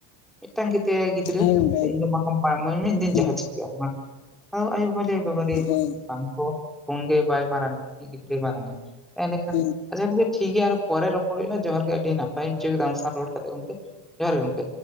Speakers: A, in the centre; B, on the left.
A: ᱢᱤᱫᱴᱟᱝ ᱜᱮᱛᱟᱭ ᱜᱤᱫᱽᱨᱟᱹ
B: ᱦᱮᱸ ᱜᱚᱝᱠᱮ ᱮᱠᱫᱚᱢ
A: ᱤᱧ ᱫᱚ <unintelligible> ᱤᱧ ᱫᱚᱧ
B: ᱦᱮᱸ
A: ᱡᱟᱦᱟᱸ ᱪᱤᱠᱟᱹᱭᱟ ᱢᱟ ᱟᱫᱚ ᱟᱭᱳ ᱵᱟᱵᱟ ᱦᱚᱸᱭ ᱞᱟᱹᱭᱟ ᱵᱟᱵᱟ ᱨᱮ
B: ᱦᱮᱸ
A: ᱵᱟᱝ ᱠᱚ ᱯᱳᱱ ᱜᱮ ᱵᱟᱭ ᱢᱟᱨᱟᱝᱟ ᱤᱧᱤᱡ ᱜᱤᱫᱽᱨᱟᱹᱭ ᱢᱟᱨᱟᱝᱟ ᱮᱸᱰᱮᱠᱷᱟᱱ
B: ᱦᱮᱸ
A: ᱟᱪᱪᱷᱟ ᱜᱚᱝᱠᱮ ᱴᱷᱤᱠ ᱜᱮᱭᱟ ᱯᱚᱨᱚ ᱨᱚᱯᱚᱲ ᱦᱳᱭᱳᱜ-ᱟ, ᱡᱚᱦᱟᱨ ᱜᱮ ᱟᱹᱰᱤ ᱱᱟᱯᱟᱭ ᱜᱤᱧ ᱵᱩᱡᱷᱟᱹᱣ ᱠᱮᱫᱟ ᱟᱢ ᱥᱟᱶ ᱨᱚᱲ ᱠᱟᱛᱮ ᱜᱚᱝᱠᱮ ᱡᱚᱦᱟᱨ ᱜᱮ ᱜᱚᱝᱠᱮ